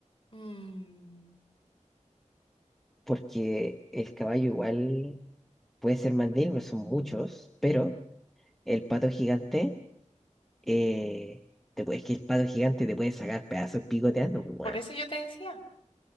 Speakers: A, on the left; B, in the centre.
A: Mm,
B: Porque el caballo igual puede ser más de él, son muchos, pero el pato gigante, eh, te puede- es que el pato gigante te puede sacar pedazos picoteando, pues, weón.
A: por eso yo te decía.